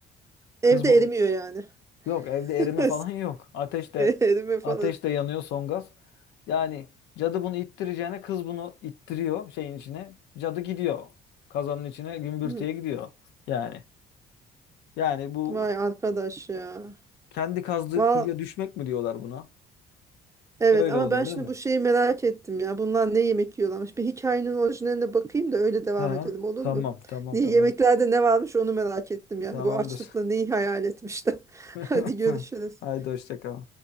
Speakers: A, on the left; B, on the right.
A: Kız
B: Evde
A: bu.
B: erimiyor yani.
A: Yok evde
B: <laughs>
A: erime falan <laughs> yok. Ateş de
B: Erime falan.
A: ateş de yanıyor son gaz. Yani cadı bunu ittireceğine kız bunu ittiriyor şeyin içine. Cadı gidiyor. Kazanın içine gümbürtüye
B: Hmm.
A: gidiyor. Yani yani bu
B: Vay arkadaş ya.
A: kendi kazdığı
B: Val
A: kuyuya düşmek mi diyorlar buna?
B: evet
A: Öyle
B: ama
A: oluyor
B: ben şimdi
A: değil mi?
B: bu şeyi merak ettim ya. Bunlar ne yemek yiyorlarmış? Bir hikayenin orijinaline bakayım da öyle devam
A: Ha,
B: edelim olur
A: tamam
B: mu?
A: tamam
B: Niye
A: tamam.
B: yemeklerde ne varmış onu merak ettim yani.
A: Tamamdır.
B: Bu açlıkla neyi hayal etmişler. <laughs>
A: <laughs>
B: Hadi görüşürüz.
A: Haydi hoşça kal.